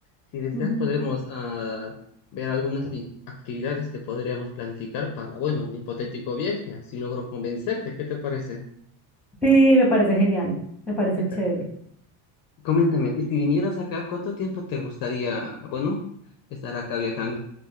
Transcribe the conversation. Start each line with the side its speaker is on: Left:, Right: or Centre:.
Left: Si deseas,
Centre: Ujú.
Left: podemos ah, ver algunas i- actividades que podríamos planificar para, bueno, un hipotético viaje, así logro convencerte. ¿Qué te parece?
Centre: Sí, me parece genial, me parece
Left: ¿Qué tal?
Centre: chévere.
Left: Coméntame, y si vinieras acá, ¿cuánto tiempo te gustaría, bueno, estar acá viajando?